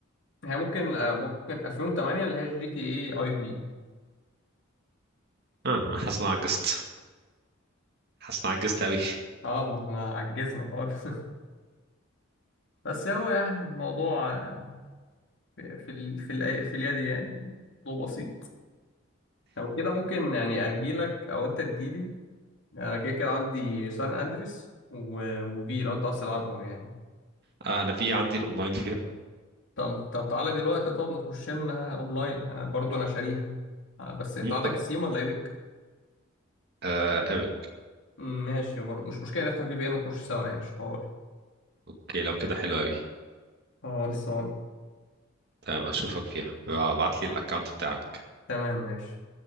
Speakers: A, on the left; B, on the right.
A: هي ممكن آه، ممكن 2008 اللي هي جي تي اي اي في
B: اه انا حاسس ان انا عجزت حاسس ان انا عجزت قوي
A: اه ما احنا عجزنا خالص <laughs> بس هو يعني الموضوع آه، في في ال... في, ال... في اليد يعني موضوع بسيط لو كده ممكن يعني اجيلك او انت تجيلي انا كده كده عندي سان اندريس و... وفي لو انت عايز تلعبهم يعني
B: <laughs> آه انا في عندي الاونلاين فيها
A: طب طب تعالى دلوقتي طب نخش لنا اونلاين انا برضو انا شاريها آه، بس انت
B: مم،
A: عندك
B: طب
A: السيم ولا ايبك
B: آه قابل
A: مم، ماشي برضو مش مشكله نفتح في بي ان ونخش سوا يعني مش حوار
B: اوكي لو كده حلو قوي
A: خلصان
B: تمام اشوفك فيها ابعت لي الاكونت بتاعك
A: تمام ماشي